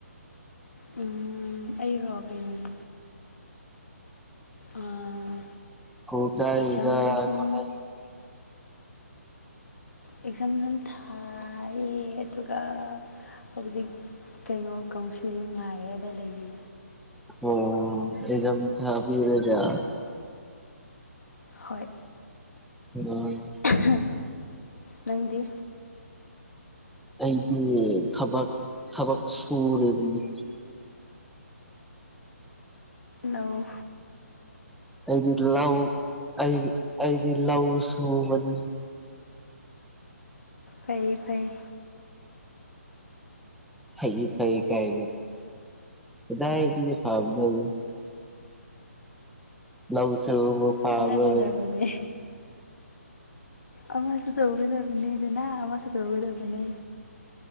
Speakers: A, on the left (about 65°); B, in the centre.
A: ꯎꯝ ꯑꯩꯔꯣ ꯀꯩꯅꯣꯅꯦ ꯑꯥ
B: <unintelligible>
A: ꯑꯦꯛꯖꯥꯝ ꯁꯨꯝ ꯑꯦꯛꯖꯥꯝ ꯌꯥꯝ ꯊꯥꯏꯌꯦ ꯑꯗꯨꯒ ꯍꯧꯖꯤꯛ ꯀꯩꯅꯣ ꯀꯥꯎꯟꯁꯤꯂꯤꯡ ꯉꯥꯏꯔꯒ ꯂꯩꯌꯦ
B: ꯑꯣ ꯑꯩꯖꯝ ꯊꯥꯕꯤꯔꯗ
A: ꯍꯣꯏ
B: <unintelligible>
A: ꯍꯥ ꯅꯪꯗꯤ
B: ꯑꯩꯗꯤ ꯊꯕꯥꯛ-ꯊꯕꯥꯛ ꯁꯨꯔꯤꯕꯅꯤ
A: ꯍꯣꯠꯅꯧ
B: ꯑꯩꯗꯤ ꯂꯧ ꯑꯩꯗꯤ ꯑꯩꯗꯤ ꯂꯧ ꯁꯨꯕꯅꯤ
A: ꯐꯩ ꯐꯩ
B: ꯐꯩ ꯐꯩ ꯀꯥꯏ ꯀꯗꯥꯏꯗꯑꯤ ꯐꯕꯅꯣꯗ ꯂꯧ ꯁꯨꯕꯕꯨ ꯐꯕ꯭ꯔꯅꯦ
A: ꯍꯣꯠꯅꯒꯗꯕꯅꯦ ꯑꯃꯁꯨ ꯇꯧꯒꯗꯕꯅꯦꯗꯅ ꯑꯃꯁꯨ ꯇꯧꯒꯗꯕꯅꯦ